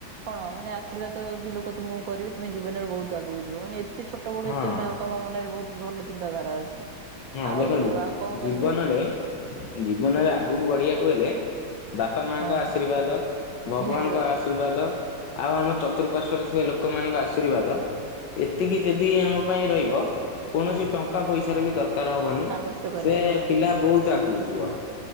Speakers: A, on the right (about 70°); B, on the left (about 70°).
A: କଣ ମାନେ ଆ ଆଶୀର୍ବାଦ ବି ଲୋକ ତୁମକୁ କରିବେ ତୁମେ ଜୀବନରେ ବହୁତ ଆଗକୁ ଯିବ ମାନେ ଏତେ ଛୋଟ ବଡ଼ୁ
B: ହଁ
A: ଏତେ ମା ତମ ମନରେ ବହୁତୁ ଭଲ ଚିନ୍ତାଧାରା ଅଛି
B: ହଁ
A: ଆଉ
B: ଦେଖନ୍ତୁ
A: ଆଉ କଁ
B: ଜୀବନରେ
A: କହିବି ଭାଇ
B: ଜୀବନରେ ଆଗକୁ ବଢିବାକୁ ହେଲେ ବାପା ମାଙ୍କ
A: ହଁ
B: ଆଶୀର୍ବାଦ ଭଗବାନଙ୍କ
A: ନିହାତି ଦରକାର
B: ଆଶୀର୍ବାଦ ଆଉ ଆମ ଚତୁଃପାର୍ଶ୍ଵରେ ଥିବା ଲୋକମାନଙ୍କ ଆଶୀର୍ବାଦ ଏତିକି ଯେଦି ଆମ ପାଇଁ ରହିବ କୌଣସି ଟଙ୍କା ପଇସାରେ ବି ଦରକାର କାର ହବନି
A: ଆବଶ୍ୟକ
B: ସେ
A: ନାହିଁ ହଁ।
B: ପିଲା ବହୁତ୍ ଆଗକୁ ଯିବ।